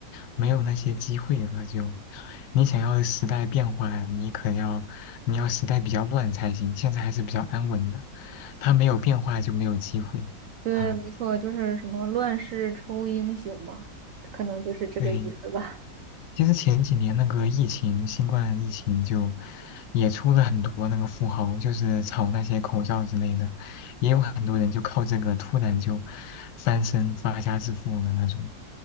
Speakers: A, on the left; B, on the right.
A: 没有那些机会了。就你想要时代变化，你可要你要时代比较乱才行。现在还是比较安稳的，它没有变化就没有机会。
B: 对，
A: 啊，
B: 没错，就是什么乱世出英雄嘛，可能就是这个意思吧。
A: 对，其实前几年那个疫情，新冠疫情就也出了很多那个富豪，就是炒那些口罩之类的，也有很多人就靠这个突然就翻身发家致富的那种，